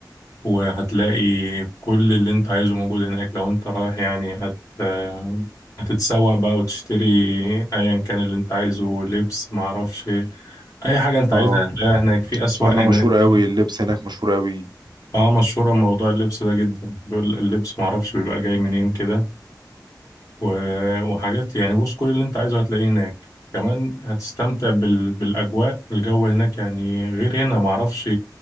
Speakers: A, on the left (about 50°); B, on the right (about 75°).
A: وهتلاقي كل اللي انت عايزه موجود هناك لو انت رايح يعني هت آه هتتسوق بقى وتشتري ايا كان اللي انت عايزه لبس معرفش ايه. اي حاجة انت
B: اه
A: عايزها هتلاقيها هناك في اسواق
B: اسمع انها
A: هناك
B: مشهورة
A: كده
B: قوي اللبس هناك مشهور قوي
A: اه مشهورة موضوع اللبس ده جدا بيقول اللبس معرفش بيبقى جاي منين كده و- وحاجات يعني بص كل اللي انت عايزه هتلاقيه هناك كمان هتستمتع بال... بالأجواء الجو هناك يعني غير هنا معرفش